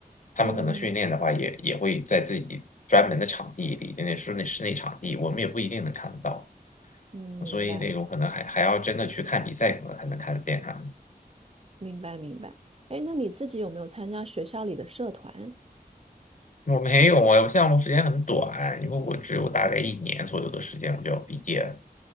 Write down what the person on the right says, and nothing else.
嗯
嗯，明白
明白明白。哎，那你自己有没有参加学校里的社团？